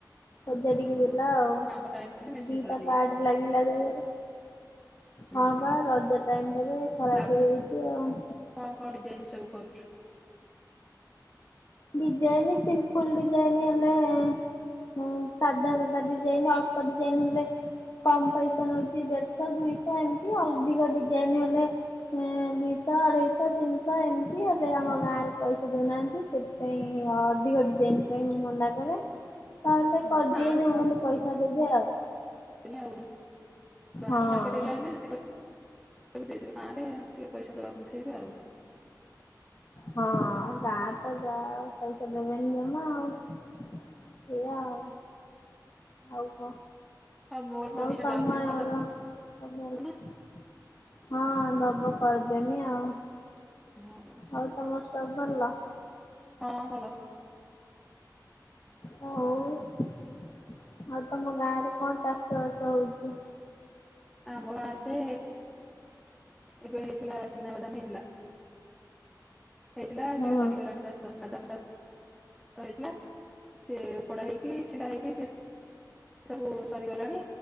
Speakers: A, on the left (about 45°); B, in the centre.
A: ସଜାଡ଼ିକି
B: ଓହୋ
A: ଦେଲା ଆଉ,
B: କାମ ଟାଇମ୍ ରେ ମେସିନ୍
A: ଦିଟା
B: ଖରାପ ହେଇଯାଇଛି।
A: ପାର୍ଟ ଲାଗିଲା ତାଧିଏରେ
B: ହୁଁ
A: ହଁ ପା ରଜ ଟାଇମ ଟା ରେ ଖରାପ
B: ବ୍ଲାଉଜ ସବୁ
A: ହେଇଯାଇଚି ଆଉ।
B: କଣ କଣ ଡିଜାଇନ ସବୁ କରୁଛୁ?
A: ଡିଜାଇନି ସିମ୍ପୁଲ ଡିଜାଇନ ହେଲେ ହୁଁ ସାଧା ସୁଧା ଡିଜାଇନ ଅଳ୍ପ ଡିଜାଇନ ହେଲେ କମ୍ ପଇସା ନଉଛି ଦେଢଶହ ଦୁଇଶହ ଏମିତି ଅଧିକ ଡିଜାଇନ ହେଲେ ହୁଁ ଦୁଇଶହ ଅଢେଇଶହ ତିନିଶହ ଏମିତି ହେଲେ ଆମ ଗାଁ ରେ ପଇସା ଦେଉନାହାଁନ୍ତି ସେ ପାଇଁ ଅଧିକ ଡିଜାଇନ ପାଇଁ ମୁଁ ମନା କରେ। ତାହେଲେ
B: ହଁ
A: କରିଦିଏ
B: ଗାଁରେ
A: ଯୋଉମାନେ ପଇସା ଦେବେ ଆଉ।
B: ନି ଆଉ ବାହାରେ
A: ହଁ।
B: ମାର୍କେଟ ଏରିଆ ହେଲେ ଯେତିକି କ ସବୁ ଦେଇଦେବେ ଗାଁ ରେ ଟିକେ ପଇସା ଦବାକୁ କୁଥେଇବେ ଆଉ।
A: ହଁ ଗାଁରେ ତ ଯା ପଇସା ଦେବେନି ଜମା ଆଉ। ସେୟା ଆଉ ଆଉ କ?
B: ଆଉ ମୋର
A: ଆଉ
B: ଦିଟା
A: ତମର
B: ବ୍ଲାଉଜ ଦେଲେ କରିଦବୁ
A: ଅ ବହୁତ୍
B: ନା?
A: ହଁ ଦବ କରିଦେମି ଆଉ।
B: ହଉ
A: ଆଉ ତମର ସବୁ ଭଲ?
B: ହଁ ଭଲ।
A: ହଉ ଆଉ ତମ ଗାଁ ରେ କଣ ଚାଷ ବାସ ହଉଚି?
B: ଆମ ଗାଁ ରେ ଏବେ ହେଇଥିଲା ଚିନାବାଦାମ ହେଇଥିଲା ହେଇଥିଲା
A: ହଁ
B: ସେ ସରିଗଲାନି। ଚାଷ ବାଦାମ ଚାଷ ହେଇଥିଲା ସେ ଓପଡ଼ା ହେଇକି ଛିଣ୍ଡା ହେଇକି ସେ ସବୁ ସରିଗଲାଣି